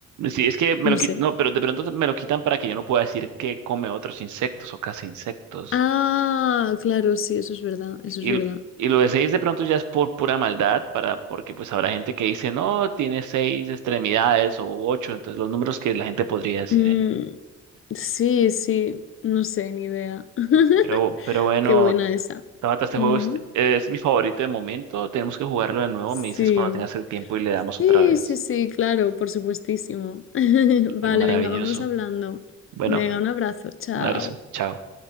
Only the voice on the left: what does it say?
No
sé.
Ah, claro, sí, eso es verdad, eso
es verdad.
Mm,
sí, sí, no sé, ni idea. <laughs>
Qué buena esa.
Mm,
sí.
Sí,
sí, sí, claro, por supuestísimo. <laughs> Vale,
venga, vamos hablando.
Venga, un abrazo, chao.